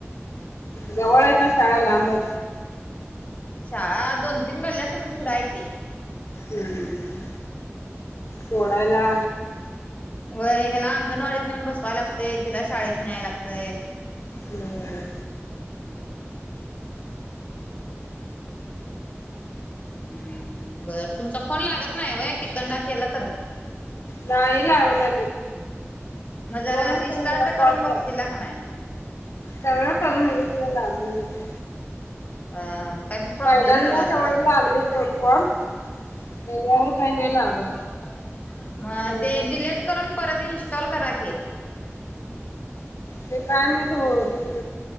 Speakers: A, on the left (about 70°); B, on the left (about 30°).
A: जवळ आहे का शाळा लांबाय
B: शाळा दोन तीन गल्ल्या सोडून पुढ हाय की
A: हम् सोडयला
B: होय ह्याला अंगणवाडीत नेऊन बसवाय लागतेय तिला शाळेत न्याय लागतय
A: होय
B: हम्म बर तुमचा फोन लागत नाही व्हय तिकडन केला तर
A: नाही लावणार
B: मग जरा
A: दोनच
B: रिस्टार्ट करून
A: कॉल
B: बघशीला
A: झाला
B: का नाही
A: सगळ करून बघितल लागण झालाय
B: अं काहीतरी प्रॉब्लेम
A: पहिल्यांदा
B: झाला असल
A: तेवढे लागले दोन कॉल त्याच्यावर
B: हा <unintelligible>
A: काही नाही लागत. बंद
B: ते
A: होते.
B: डिलेट करून परत इन्स्टॉल करा की
A: ते काय माहित होतय काय